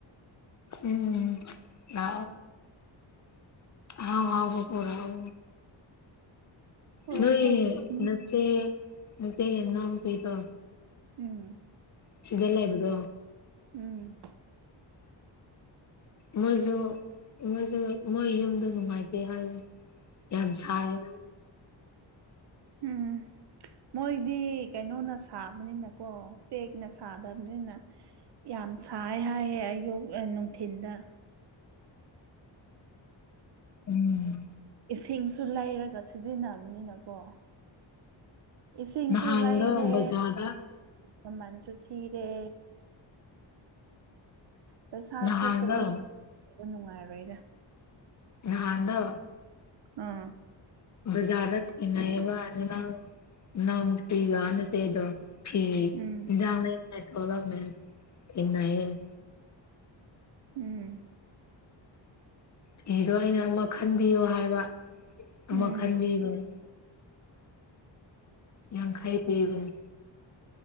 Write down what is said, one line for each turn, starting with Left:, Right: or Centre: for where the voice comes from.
Left: ꯎꯝ ꯑ ꯍꯥꯎ ꯍꯥꯎ ꯀꯣꯄꯨꯔꯥꯎ
Right: ꯄꯨꯔꯛꯀꯦ
Left: ꯅ
Right: ꯎꯝ
Left: ꯅꯠꯇꯦ ꯅꯆꯦ ꯀꯗ ꯑꯃꯨ ꯊꯇ
Right: ꯎꯝ
Left: ꯁꯤꯗꯂ ꯍꯥꯏꯕꯗꯣ
Right: ꯎꯝ
Left: ꯃꯣꯏꯁꯨ ꯃꯣꯏꯁꯨ ꯃꯣꯏ ꯌꯨꯝꯗ ꯅꯨꯡꯉꯥꯏꯇꯦ ꯍꯥꯏꯁꯦ ꯌꯥꯝ ꯁꯥꯏꯦ
Right: ꯎꯝ ꯃꯣꯏꯗꯤ ꯀꯩꯅꯣꯅ ꯁꯥꯕꯅꯤꯅꯀꯣ ꯆꯦꯛꯅ ꯁꯥꯗꯕꯅꯤꯅ ꯌꯥꯝ ꯁꯥꯏ ꯍꯥꯏꯌꯦꯦ ꯑꯌꯨꯛ ꯅꯨꯡꯊꯤꯤꯟꯗ
Left: ꯎꯝ
Right: ꯏꯁꯤꯡꯁꯨ ꯂꯩꯔꯒ ꯁꯤꯖꯤꯟꯅꯕꯅꯤꯅꯀꯣ ꯏꯁꯤꯡꯁꯨ
Left: ꯅꯍꯥꯟꯗꯣ
Right: ꯂꯩꯔꯦ
Left: ꯕꯖꯥꯔꯗ
Right: ꯃꯃꯜꯁꯨ ꯊꯤꯔꯦ ꯄꯩꯁꯥ
Left: ꯅꯍꯥꯟꯗꯣ
Right: ꯊꯣꯛꯇꯕꯁ ꯅꯨꯡꯉꯥꯏꯔꯣꯏꯔꯦ
Left: ꯅꯍꯥꯟꯗ
Right: ꯑꯥ
Left: ꯖꯥꯠꯇ ꯀꯅꯥꯕꯅ ꯅꯃꯨꯛꯇꯒꯅꯁꯗ <unintelligible>
Right: ꯎꯝ ꯎꯝ
Left: ꯐꯤꯗꯣ ꯑꯩꯅ ꯑꯃ ꯈꯟꯕꯤꯌꯣ ꯍꯥꯏꯕ ꯑꯃ
Right: ꯎꯝ
Left: ꯈꯟꯕꯤꯕꯅꯦ ꯌꯥꯡꯈꯩ ꯄꯤꯕꯅꯦ